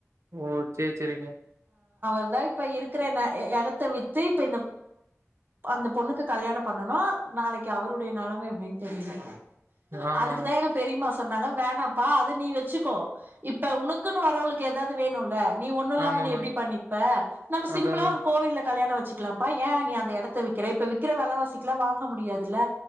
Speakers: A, on the right; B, on the right.
A: ஓ சேரி சேரிங்க
B: அதுதா இப்ப இருக்கிற ந எ எ இடத்த வித்து இப்ப இந்த அந்த பொண்ணுக்கு கல்யாணம் பண்ணனு நாளைக்கு அவருடைய நிலைம எப்படின்னு தெரில அ
A: ஆமாங்க
B: அதுக்குதா எங்க பெரியம்மா சொன்னாங்க வேணாம்ப்பா அது நீ வச்சுக் கோ இப்ப உனக்குன்னு வரவளுக்கு ஏதாவது வேணுல்ல நீ ஒண்ணு இல்லாம
A: ஆமாமா
B: நீ எப்படி பண்ணிப்ப நிப்ப நம்ம சிம்பிளா
A: அதா அதா
B: ஒரு கோவில்ல கல்யாண வச்சுக்கலாம்ப்பா ஏ நீ அந்த இடத்த விக்கிற இப்ப விக்கிற வலைவாசிக்கெலா வாங்க முடியாதுல்ல